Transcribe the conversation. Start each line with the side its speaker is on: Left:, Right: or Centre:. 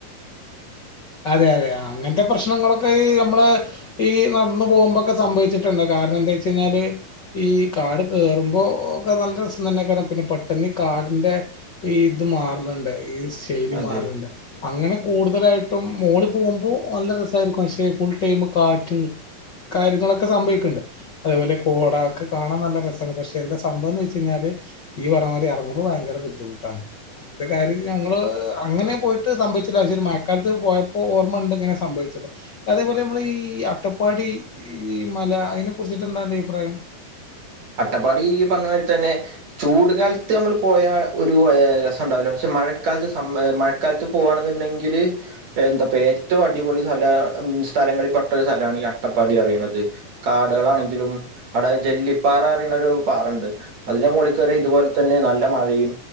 Left: അതെ അതെ അങ്ങനത്തെ പ്രശ്നങ്ങളൊക്കെ നമ്മള് ഈ നടന്ന പോകുമ്പോൊക്കെ സംഭവിച്ചിട്ടുണ്ട് കാരണം എന്താ വെച്ച കഴിഞ്ഞാല് ഈ കാട് കേറുമ്പോ ഒക്കെ നല്ല രസം തന്നെ കാരണം പിന്നെ പെട്ടെന്ന് കാടിന്റെ ഈ ഇത് മാറലണ്ട്. ശൈലി
Right: അതെ
Left: മാറുന്നുണ്ട്. അങ്ങനെ കൂടുതലായി ഇ മോള് പോകുമ്പോ നല്ല രസമായിരിക്കും പക്ഷെ ഫുൾ ടൈം കാറ്റും കാര്യങ്ങളൊക്കെ സംഭവിക്കുന്നുണ്ട് അതേപോലെ കോട ഒക്കെ കാണാൻ നല്ല രസമാണ് പക്ഷെ എന്താ സംഭവം എന്ന് വെച്ച് കഴിഞ്ഞാല് ഈ പറം വരെ ഇറങ്ങുന്നത് ഭയങ്കര ബുദ്ധിമുട്ടാണ് അങ്ങനത്തെ കാര്യം ഞങ്ങള് അങ്ങനെ പോയിട്ട് സംഭവിച്ചില്ല. പ കാലത്ത് പോയപ്പോ ഓർമ്മ ഉണ്ട് ഇങ്ങനെ സംഭവിച്ചത് അതേപോലെ നമ്മൾ ഈ അട്ടപ്പാടി ഈ മല അതിനെ കുറിച്ചിട്ട് എന്താന്റെ അഭിപ്രായം.
Right: അട്ടപ്പാടി ഈ പറഞ്ഞമാതിരി തന്നെ ചൂട് കാലത്ത് നമ്മള് പോയാ ഒരു രസം ഇണ്ടാവൂല്ലാ പക്ഷെ മഴക്കാലത്ത് സമ് മഴക്കാലത്ത് പോകയാണെന്നുണ്ടെങ്കില് എന്താപ്പ ഏറ്റവും അടിപൊളി സ്ഥല സ്ഥലങ്ങളിൽ പെട്ട ഒരു സ്ഥലമാണ് ഈ അട്ടപ്പാടി അറിയണുന്നത് കാടുകളാണെങ്കിലും അവിടെ ജല്ലിപ്പ് പാറന്ന് പറിയുന്ന ഒരു പാറുണ്ട് അതിന്റെ മോളിൽ കയറി ഇതുപോലെ തന്നെ നല്ല മഴയും